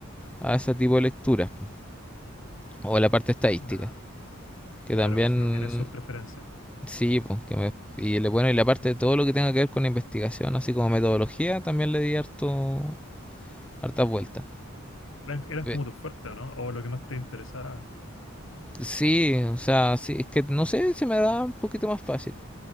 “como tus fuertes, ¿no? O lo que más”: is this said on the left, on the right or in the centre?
Left